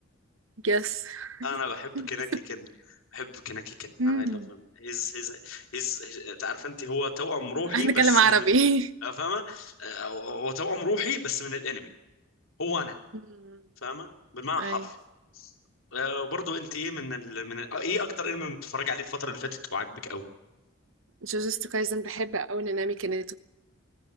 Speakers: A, on the right; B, on the left.
A: يس
B: انا بحب
A: <laughs>
B: كناكي كان بحب كناكي كان
A: مم.
B: اي لاف هيم هيز هيز هيز عارف انت هو توأم روحي
A: هنتكلم
B: بس
A: عربي
B: من
A: <laughs>
B: فاهمه آه، هو توأم روحي بس من الانمي هو انا
A: مم.
B: فاهمه بالمعنى الحرفي
A: أي
B: آه، وبرضه انت ايه من ال... من ال... آه، ايه اكتر انمي بتتفرج عليه الفتره اللي فاتت وعاجبك قوي
A: جوجوتسو كايزن بحب أوي نانامي كونيتو